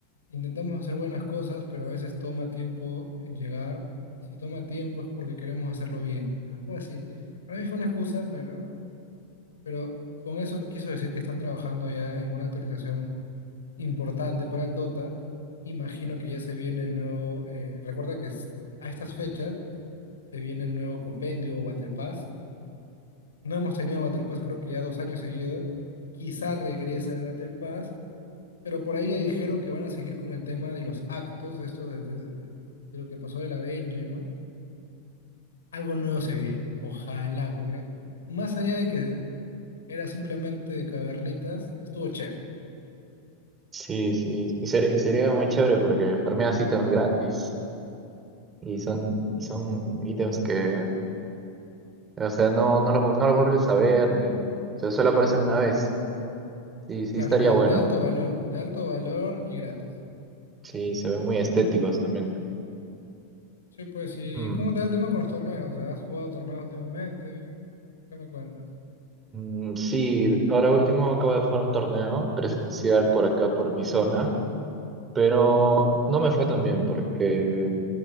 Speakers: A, on the left; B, on the right.
A: intentamos hacer buenas cosas, pero a veces toma tiempo en llegar, y si toma tiempo es porque queremos hacerlo bien, algo así. Para mí fue una excusa, pero... Pero con eso quiso decir que están trabajando ya en una actualización importante para el Dota. Imagino que ya se viene el nuevo. eh, recuerda que es- a estas fechas se viene el nuevo compendio o Battle Pass. No hemos tenido Battle Pass, creo que ya dos años seguidos. Quizá regresa el Battle Pass, pero por ahí ya dijeron que van a seguir con el tema de los actos, esto de, de- de- de lo que pasó de la Benji, ¿no? Algo nuevo se viene, ojalá, porque más allá de que era simplemente cavernitas, estuvo chévere.
B: Sí, sí. Y, ser- y sería muy chévere porque farmeas ítems gratis y son, y son ítems que, o sea, no, no los, vu- no los vuelves a ver ni... O sea, solo aparecen una vez. Sí, sí
A: Claro,
B: estaría
A: de,
B: bueno.
A: de alto valor, de alto valor y gratis.
B: Sí, se ven muy estéticos también.
A: Sí, pues, ¿y
B: Mm.
A: cómo te va el tema con los torneos? ¿Has jugado torneos últimamente? ¿Qué me cuentas?
B: Mm, Sí, ahora último acabo de jugar un torneo presencial por acá, por mi zona, pero no me fue tan bien porque